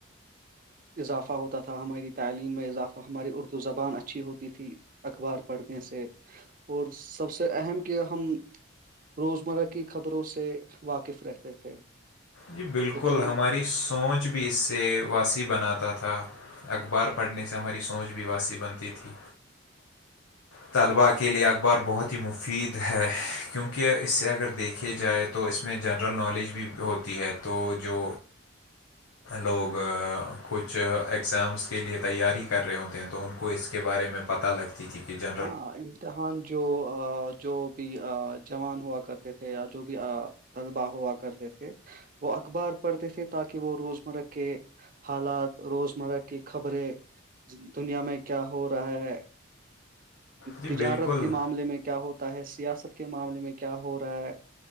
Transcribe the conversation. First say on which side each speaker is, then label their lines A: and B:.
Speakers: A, on the right; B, on the left.
A: اضافہ ہوتا تھا ہماری تعلیم میں اضافہ ہماری اردو زبان اچھی ہوتی تھی اخبار پڑھنے سے اور سب سے اہم کیا ہم روزمرہ کی خبروں سے واقف رہتے تھے
B: جی بالکل
A: لیکن
B: ہماری سوچ بھی اس سے واسیع بناتا تھا اخبار پڑھنے سے ہماری سوچ بھی واسیع بنتی تھی طلبا کے لیے اخبار بہت ہی مفید ہے کیونکہ اس سے اگر دیکھے جائے تو تو اس میں جنرل نالج بھی ہوتی ہے تو جو لوگ کچھ اگزامس کے لیے تیاری کر رہے ہوتے ہیں تو ان کو اس کے بارے میں پتہ لگتا <unintelligible>
A: ہاں امتحان جو جو بھی جوان ہوا کرتے تھے یا جو بھی طلبہ ہوا کرتے تھے وہ اخبار پڑھتے تھے تاکہ وہ روز مرہ کے حالات روزمرہ کی خبریں دنیا میں کیا ہو رہا ہے
B: جی
A: تجارت
B: بالکل
A: کے معاملے میں کیا ہوتا ہے سیاست کے معاملے میں کیا ہو رہا ہے